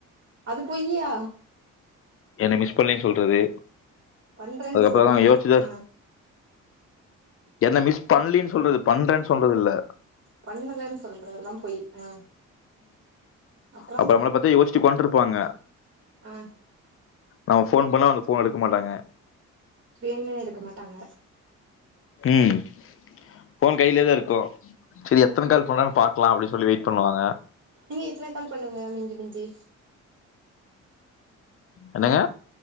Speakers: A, on the right; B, on the left.
A: அது பொய்யா
B: என்ன மிஸ் பண்ணேன்னு சொல்றது
A: பண்றேன்னு
B: அதுக்கப்புறலா
A: சொல்றது
B: யோசிச்சுதா
A: ஆ
B: என்ன மிஸ் பண்லனு சொல்றது பண்றேன்னு சொல்றது இல்ல.
A: பண்ணலன்னு சொல்றதெல்லா பொய் ஆ அப்புறம்
B: அப்புற நம்ல பத்தி யோசிச்சு உக்கான்ட்ருப்பாங்க
A: ஆ
B: நம்ம ஃபோன் பண்ணா அந்த ஃபோன எடுக்க மாட்டாங்க
A: வேனுன்னே எடுக்க மாட்டாங்க
B: ம் ஃபோன் கையிலேதா இருக்கு செரி எத்தன கால் பண்றானு பாக்கலா அப்டின்னு சொல்லி வெயிட் பண்ணுவாங்க
A: நீங்க எத்தன கால் பண்ணுவிங்க மிஞ்சி மிஞ்சி
B: என்னங்க